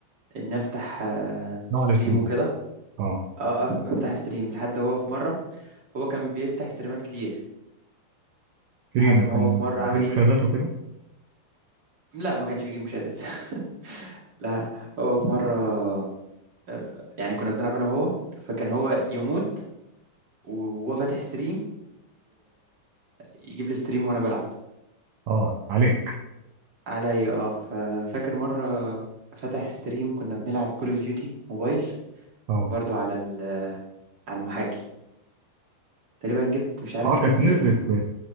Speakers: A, on the right (about 45°); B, on the right (about 85°).
A: ان افتح آه،
B: نوع
A: ستريم
B: على اليوتيوب
A: وكده
B: اه
A: اه أف- افتح ستريم لحد هو في مره هو كان بيفتح ستريمات كتير
B: ستريم
A: لحد ما
B: كان
A: هو في مره
B: بيجيب
A: عمل
B: مشاهدات
A: ايه
B: وكده
A: لا ما كانش بيجيب مشاهدات <laughs> لا هو في مره آه، ف- يعني كنا بنلعب انا وهو فكان هو يموت وهو فاتح ستريم يجيب لي ستريم وانا بلعب
B: اه عليك
A: عليا اه ففاكر مره فتح ستريم كنا بنلعب كول اوف ديوتي موبايل
B: اه
A: برضو على ال- على المحاكي تقريبا جبت مش عارف
B: اه
A: كام
B: كانت
A: و30
B: نزلت في